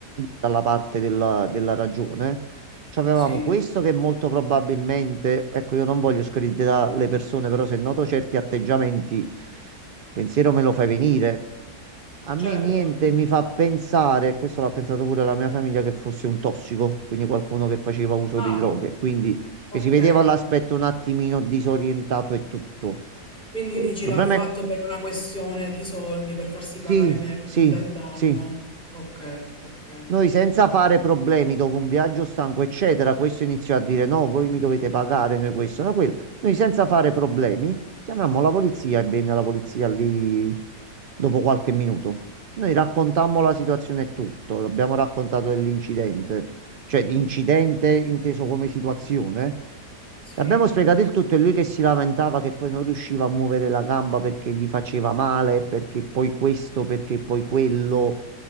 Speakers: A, on the right; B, in the centre.
A: dalla parte della, della ragione. C'avevamo
B: sì,
A: Mm. questo che molto probabilmente, ecco, io non voglio screditare le persone, però se noto certi atteggiamenti, pensiero me lo fai venire. A
B: certo.
A: me niente mi fa pensare, questo l'ha pensato pure la mia famiglia, che fosse un tossico, quindi qualcuno che faceva uso
B: Ah,
A: di droghe, quindi che
B: okay,
A: si vedeva
B: okay.
A: Ok. l'aspetto un attimino disorientato e tutto.
B: Quindi
A: Il
B: dici
A: problema
B: l'ha fatto
A: è...
B: per una questione di soldi, per farsi
A: Sì,
B: pagare immediatamente
A: sì,
B: il danno.
A: sì.
B: Okay, okay.
A: Noi senza fare problemi dopo un viaggio stanco, eccetera, questo iniziò a dire no, voi mi dovete pagare, noi questo, no quello. Noi senza fare problemi chiamammo la polizia e venne la polizia lì dopo qualche minuto. Noi raccontammo la situazione e tutto, abbiamo raccontato dell'incidente, cioè di incidente inteso come situazione.
B: Mh. Sì,
A: Abbiamo spiegato il tutto e lui che si lamentava che poi non riusciva a muovere la gamba perché gli faceva male, perché poi questo, perché poi quello